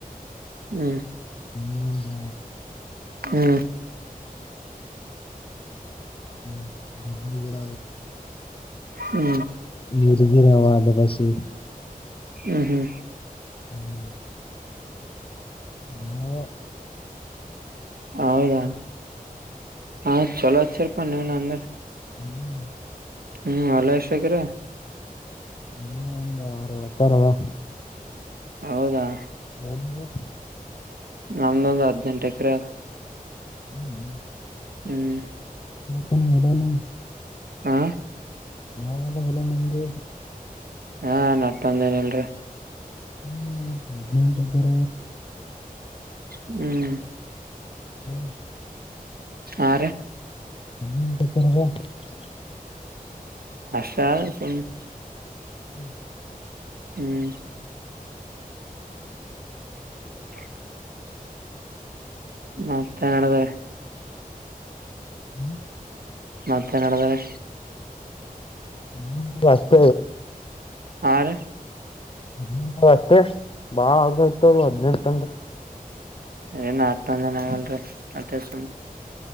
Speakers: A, on the right; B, on the left.
A: ಹ್ಮ್
B: ನಿನ್ನಂತ
A: ಹ್ಮ್
B: ಹ್ಮ ಹ್ಮ ಗರ
A: ಹ್ಮ್
B: ಇಡಿಗೆರವ ಅಲ್ಲ ಬಸಿ
A: ಹ್ಮ್ ಹ್ಮ್
B: ಹ್ಮ್ ನಾ
A: ಹೌದಾ ಹಾ ಚಲೋ ಅ ಸರ್. ಪ ನೀ ನ ಅಂದರೆ
B: ಹ್ಮ್
A: ಹ್ಮ್ ಅಲ್ಲ ಎಷ್ಟ ಆಕರ
B: ಇ ಒ ಆರುಳಕ್ಕಾರವಾ
A: ಹೌದಾ
B: ಒಂದು
A: ನಮ್ದೊಂದು ಹದ್ನೆೆಂಟು ಎಕರೆ
B: ಹ್ಮ್್ಮ
A: ಹ್ಮ್
B: ಸಂ <unintelligible> ಮದಾನ
A: ಹಾ
B: ನಾ ಹಲ ನಿೆಂದು
A: ಹಾ ನಟ್ೊಂದೇನಲ್ರಿ
B: ಹ್ಮ ಅಂತ ಬರ
A: ಹ್ಮ್
B: ಹ್ಮ
A: ಆ
B: ಹಕ್ಕರದ <unintelligible>
A: ಹಸಾ ಸ <unintelligible>
B: ಹ್ಮ್
A: ಹ್ಮ್ <unintelligible> ಮತ್ತೆ ನಡದಾರೆ
B: ಹ್ಮ
A: ಮತ್ತೇ ನಡಿದಾರೆ
B: ಹ್ಮ ವಾಸತ
A: ಹಾ ರ
B: ಹದ್ಿನಂಟ ಅಷ್ಟೇ ಬಾಳ್ ಆಗಾಯ್ತ ಅದು ಹದ್ಿನೆಂಟ ಅಂದ್ರೆ
A: ಏನ್ ಹತ್ೊಂದ್ ಜನ ಆಗಲ್ರಿ ಅತ್ತೆ ಸುಮಿ